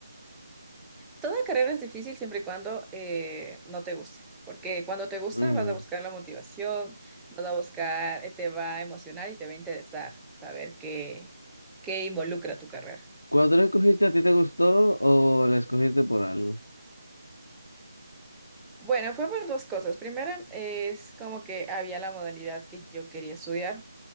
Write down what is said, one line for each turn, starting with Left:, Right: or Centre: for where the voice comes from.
Centre: Toda carrera es difícil siempre y cuando eh, no te guste, porque cuando te gusta
Left: Mm.
Centre: vas a buscar la motivación, vas a buscar, eh, te va a emocionar y te va a interesar saber qué, qué involucra tu carrera.
Left: ¿Cuándo la escogiste a ti te gustó o la escogiste por algo?
Centre: Bueno, fue pues dos cosas. Primera es como que había la modalidad que yo quería estudiar